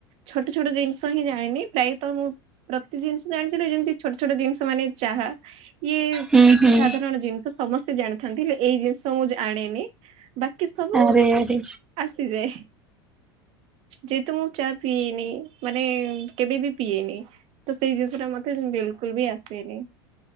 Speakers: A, on the right; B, in the centre.
A: ଛୋଟ ଛୋଟ ଜିନିଷ ହିଁ ଜାଣିନି ପ୍ରାୟତ ମୁଁ ପ୍ରତେ ଜିନିଷ ଜାଣିଛନ୍ତି ଯେମିତି ଛୋଟ ଛୋଟ ଜିନିଷ ମାନେ ଚାହା ଇଏ
B: ହୁଁ ହୁଁ
A: ସାଧାରଣ ଜିନିଷ ସମସ୍ତେ ତେ ଜାଣିଥାନ୍ତି ହେଲେ ଏଇ ଜିନିଷ ମୁଁ ଜାଆଣିନି ବାକି ସବୁ
B: ଆରେ ଆରେ
A: ଆସିଯାଏ। ଯେହେତୁ ମୁଁ ଚା ପିଇଏନି ମାନେ କେବେ ବି ପିଏନି। ତ ସେଇ ଜିନିଷ ଟା ମତେ ବିଲକୁଲ ବି ଆସେନି।